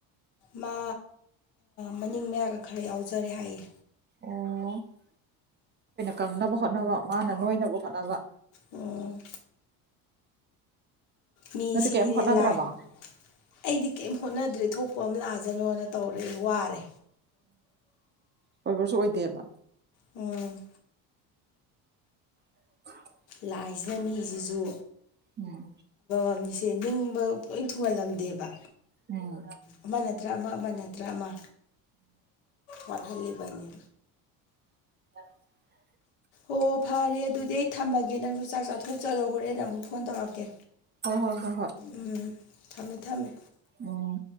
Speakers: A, on the left; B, on the right.
A: ꯃ ꯃꯅꯤꯡ ꯃꯌꯥꯒ ꯈꯔ ꯌꯥꯎꯖꯔꯦ ꯍꯥꯏꯌꯦ
B: ꯑꯩꯈꯣꯏꯅ ꯀꯪꯅꯕ ꯍꯣꯠꯅꯕ ꯃꯥꯅ ꯅꯣꯏꯅꯕ ꯍꯣꯠꯅꯕ
A: ꯎꯝ ꯃꯤ
B: ꯅꯣꯏꯗꯤ
A: ꯁꯤꯅꯤꯅꯦ
B: ꯀꯩꯝ ꯍꯣꯠꯅꯗ꯭ꯔꯕꯣ
A: ꯂꯥꯏ ꯑꯩꯗꯤ ꯀꯔꯤꯝ ꯍꯣꯠꯅꯗ꯭ꯔꯦ ꯊꯣꯛꯄ ꯑꯃ ꯂꯥꯛꯑꯖꯅꯣꯅ ꯇꯧꯔꯦ ꯀ ꯋꯥꯨꯔꯦ
B: ꯑꯣꯏꯕꯁꯨ ꯑꯣꯏꯗꯦꯕ
A: ꯎꯝ
B: <inaudible>
A: ꯂꯥꯏꯁꯤꯅ ꯃꯤꯁꯤꯁꯨ
B: ꯎꯝ
A: ꯑꯝꯅꯤ ꯁꯦ ꯅꯤꯡꯕ ꯂꯣꯏ ꯊꯨꯡꯍꯜꯂꯝꯗꯦꯕ
B: ꯎꯝ
A: ꯑꯃ ꯅꯠꯇ꯭ꯔ ꯑꯃ ꯑꯃ ꯅ꯭ꯔ ꯗ꯭ꯔꯃꯥ ꯋꯥꯠꯍꯜꯂꯤꯕꯅꯤ
B: <inaudible>
A: ꯑꯣ ꯐꯔꯦ ꯑꯗꯨꯗꯤ ꯑꯩ ꯊꯝꯃꯒꯦ ꯅꯪꯁꯨ ꯆꯥꯛ ꯆꯥꯊꯣꯛꯆꯔꯣ ꯍꯣꯔꯦꯟꯅ ꯑꯃꯨꯛ ꯐꯣꯟ ꯇꯧꯔꯛꯀꯦ
B: ꯍꯣꯏ ꯍꯣꯏ ꯍꯣꯏ
A: ꯎꯝ ꯊꯝꯃꯦ ꯊꯝꯃꯦ
B: ꯑꯣ